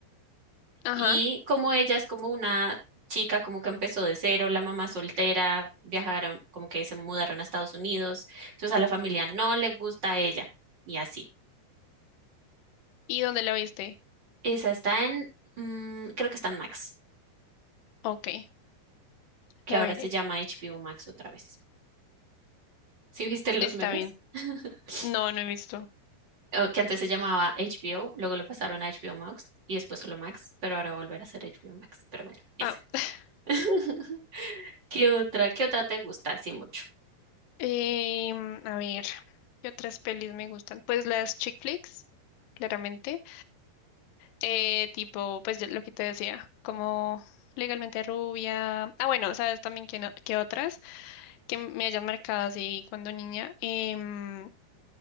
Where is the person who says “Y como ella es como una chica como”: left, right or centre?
Right